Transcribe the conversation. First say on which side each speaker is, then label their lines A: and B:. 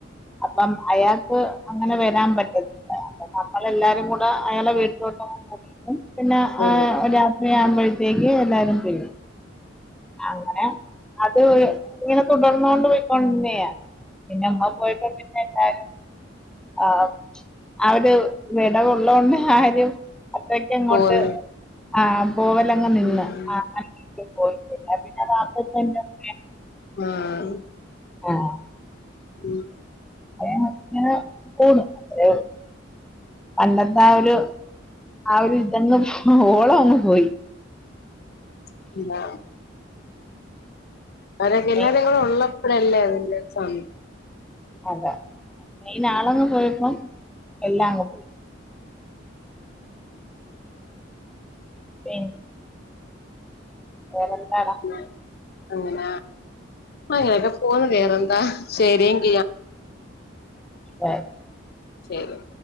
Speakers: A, in the centre; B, on the left.
A: അപ്പം അയാൾക്ക് അങ്ങനെ വരാൻ പറ്റത്തില്ല അപ്പോൾ നമ്മൾ എല്ലാരും കൂടെ അയാളെ വീട്ടിലോട്ടങ്ങ് പോകും പിന്നെ
B: ഓ
A: ആഹ് രാ വിലെ ആവുമ്പഴ്ത്തേക്ക് എല്ലാരും പിരിയും അങ്ങനെ അത് ഒര് ഇങ്ങനെ തുടർന്നോണ്ട് പോയികൊണ്ടിരുന്നയാ പിന്നെ ഉമ്മ പോയപ്പോ പിന്നെ എല്ലാരും ആഹ് ആ ഒരു വിടവുള്ളോണ്ട് ആരും അത്രക്ക് അങ്ങോട്ട്
B: പോയി
A: ആ പോവലങ്ങ് നിന്ന്
B: ഉം
A: ആ <unintelligible> <unintelligible>
B: ആഹ്
A: ആഹ്
B: ഉം
A: അങ്ങനെ പോണ് അത്രേ ഒള്ളൂ പണ്ടത്തെ ആ ഒരു ആ ഒരു ഇതങ്ങ് ഓളം അങ്ങ് പോയി
B: <unintelligible> അവരൊക്കെ എല്ലാവരും
A: മെയിൻ
B: കൂടെ ഉള്ളപ്പോഴല്ലേ അതിന്റെ ഒരു സ
A: അതെ മെയിൻ ആളങ്ങ് പോയപ്പോ എല്ലാം അങ്ങ് പോയി പി വേറെന്താടാ
B: അ അങ്ങന അങ്ങനെക്കാ പോണ് വേറെന്താ ശരി എങ്കിൽ
A: ശെരി
B: ശരി